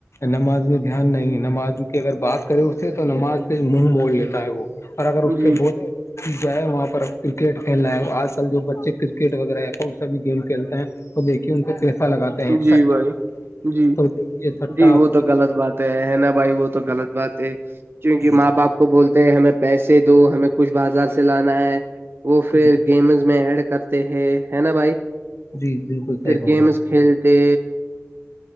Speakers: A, on the left; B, on the right.
A: نماز میں دھیان نہیں ہے نماز کی اگر بات کرے اس سے تو نماز پ منہ موڑ لیتا ہے وہ اور اگر اس
B: جی
A: سے بول جائے وہاں پر ا کرکٹ کھیلنا ہے اور آج کل جو بچے کرکٹ وغیرہ یا کون سا بھی گیم کھیلتے ہیں تو دیکھیے ان پ پیسہ لگاتے ہیں
B: جی
A: سٹا
B: بھائی
A: لگاتے ہیں
B: جی
A: تو دیکھیے سٹا
B: جی
A: آپ
B: وہ تو غلط بات ہے نا بھائی وہ تو غلط بات ہے کیونکہ
A: جی
B: ماں باپ کو بولتے ہمیں پیسے دو ہمیں کچھ بازار سے لانا ہے وہ پھر
A: جی
B: گیمز میں ایڈ کرتے ہے ہے نا بھائی
A: جی بالکل صحی
B: پھر
A: فم
B: گیمز کھیلتے